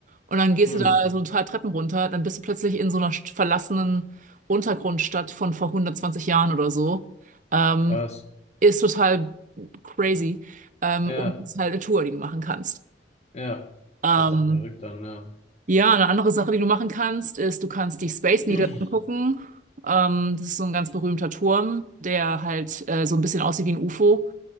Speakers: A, on the right; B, on the left.
A: und dann gehst
B: Hm.
A: du da so ein paar Treppen runter, dann bist du plötzlich in so einer st- verlassenen Untergrundstadt von vor 120 Jahren oder so. Ähm,
B: Krass.
A: ist total crazy. Ähm,
B: Ja.
A: und ist halt eine Tour, die du machen kannst.
B: Ja.
A: Ähm,
B: Das hört sich verrückt an, ja.
A: ja, eine andere Sache, die du machen kannst, ist, du kannst die Space Needle
B: <clears throat>
A: angucken. Ähm, das ist so ein ganz berühmter Turm, der halt äh, so ein bisschen aussieht wie ein UFO.